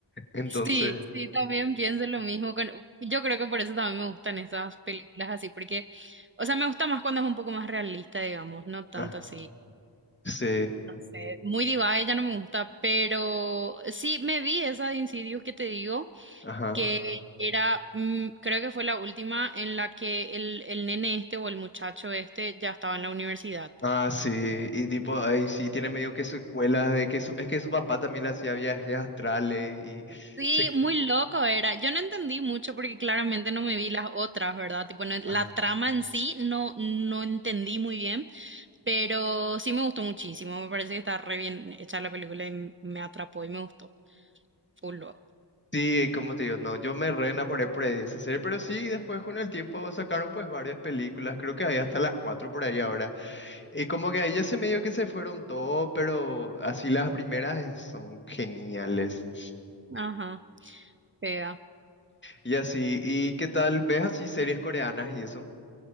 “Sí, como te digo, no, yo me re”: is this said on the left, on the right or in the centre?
Left